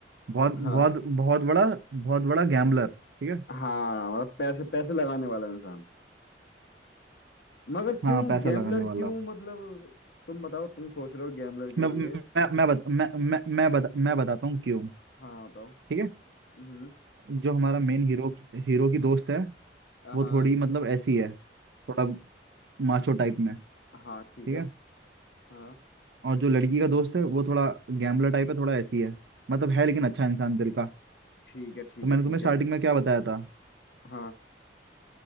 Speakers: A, on the right (about 70°); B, on the left (about 65°).
A: बहुत
B: हाँ
A: बहुत बहुत बड़ा बहुत बड़ा गैम्बलर ठीक है
B: हाँ मतलब पैसे पैसे लगाने वाला इंसान मगर क्यों
A: हाँ पैसा
B: गैम्बलर
A: लगाने वाला
B: क्यों मतलब तुम बताओ तुम सोच रहे हो गैम्बलर के
A: मैं मैं
B: लिए
A: मैं बत, मैं मैं मैं, बता, मैं बताता हूँ क्यों
B: हाँ बताओ
A: ठीक है
B: हम्म
A: जो हमारा मेन हीरो हीरो की दोस्त है
B: हाँ
A: वो थोड़ी मतलब ऐसी है थोड़ा माचो टाइप में
B: हाँ
A: ठीक
B: ठीक है
A: है
B: हाँ
A: और जो लड़की का दोस्त है वो थोड़ा गैम्बलर टाइप है थोड़ा ऐसी है मतलब है लेकिन अच्छा इंसान दिल का
B: ठीक है ठीक
A: तो मैंने
B: है
A: तुम्हें
B: ठीक
A: स्टार्टिंग
B: है
A: में क्या बताया था
B: हाँ